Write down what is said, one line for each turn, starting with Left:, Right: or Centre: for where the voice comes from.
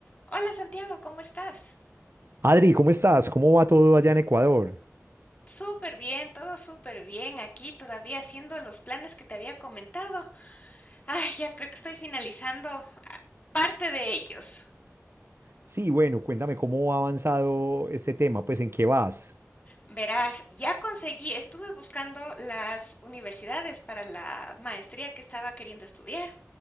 Left: Hola Santiago, ¿cómo estás?
Right: Adri, ¿cómo estás? ¿Cómo va todo allá en Ecuador?
Left: Súper bien, todo súper bien aquí, todavía haciendo los planes que te había comentado. Ay, ya creo que estoy finalizando parte de ellos.
Right: Sí, bueno, cuéntame cómo ha avanzado este tema, pues en qué vas.
Left: Verás, ya conseguí, estuve buscando las universidades para la maestría que estaba queriendo estudiar